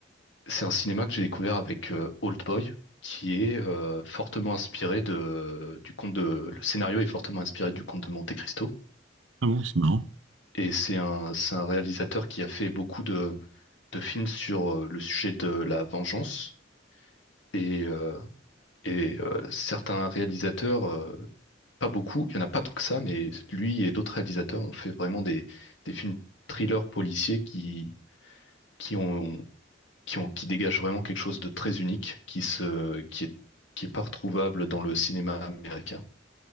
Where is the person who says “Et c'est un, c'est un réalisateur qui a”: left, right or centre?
Left